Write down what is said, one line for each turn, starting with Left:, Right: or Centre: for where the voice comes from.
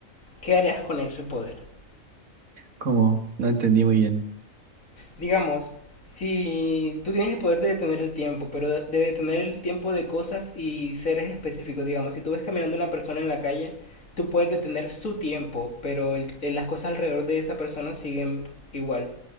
Left: ¿Qué harías con ese poder?
Right: ¿Cómo? No entendí muy bien.
Left: Digamos, si tú tienes el poder de detener el tiempo, pero de de detener el tiempo de cosas y seres específicos, digamos, si tú ves caminando una persona en la calle, tú puedes detener su tiempo, pero el- el- las cosas alrededor de esa persona siguen igual.